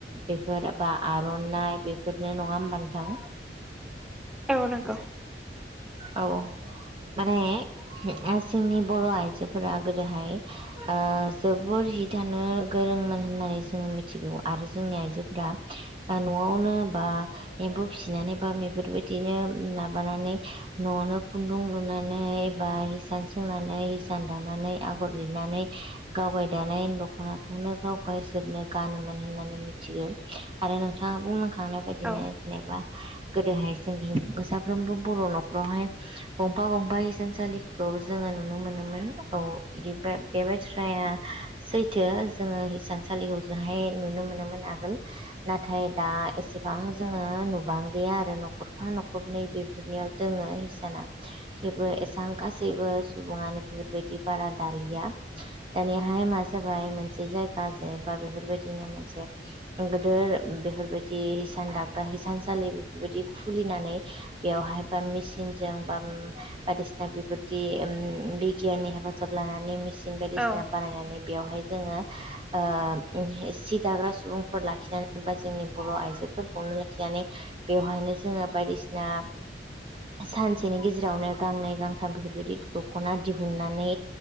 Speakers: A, on the right (about 30°); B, in the centre.
A: बेफोर बा आर'नाइ बेफोरनो नङा होमबा नोथां
B: औ नोंगौ
A: औ माने जोंनि बर' आइजोफोरा गोदोहाय ओ जोबोर हि दानो गोर रोंङोमोन होननानै जोङो मिथिगौ आरो जोंनि आइजोफोरा न'आवनो बा एम्फौ फिसिनानै बा बेफोरबायदिनो माबानानै न'आवनो खुन्दुं लुनानै बा हिसान सोंनानै हिसान दानानै आगर लिरनानै गावगाय दानाय दखनाखौनो गाव गावसोरनो गानोमोन होननानै मिथिगौ आरो नोंथाङा बुंलांखांनाय बायदिनो
B: औ
A: जेनेबा गोदोहाय जोंनि साफ्रोमबो बर' न'खरावहाय गंफा गंफा हिसानसालिखौ जोङो नुनो मोनोमोन औ बे बाथ्राया सैथो जोङो हिसानसालिखौ ओजोंहाय नुनो मोनोमोन आगोल नाथाय दा एसेबां जोङो नुबांदिया आरो न'खरफा न'खरनै बेफोरनियाव दोङो इसाना थेवबो एसबां गासैबो सुबुङानो बेफोरबायदि बारा दालिया दानिहाय मा जाबाय मोनसे जायगा जे बा बेफोरबायदिनो मोनसे बेफोरबायदि हिसान दाग्रा हिसानसालि बेफोरबायदि खुलिनानै बेयावहाय मेसिनजों बा बायदिसिना बेफोरदि बिगियाननि हेफाजाब लानानै मेसिन बायदिसिना
B: औ
A: बानायनानै बेयावहाय जोङो ओ सि दाग्रा सुबुंफोर लाखि बा जोंनि बर' आइजोफोरखौनो लाखिनानै बेवहायनो जोङो बायदिसिना सानसेनि गेजेरावनो गांनै गांथाम बेफोरबायदि दखना दिहुननानै